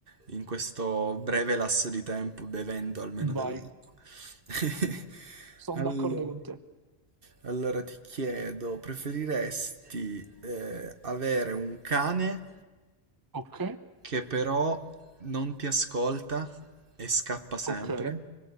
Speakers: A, on the right; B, on the right.
A: in questo breve lasso di tempo bevendo almeno
B: vai,
A: dell'acqua. <laughs>
B: sono
A: Allora,
B: d'accordo con te.
A: allora ti chiedo, preferiresti eh, avere un cane?
B: Ok.
A: che però non ti ascolta e scappa sempre.
B: Ok,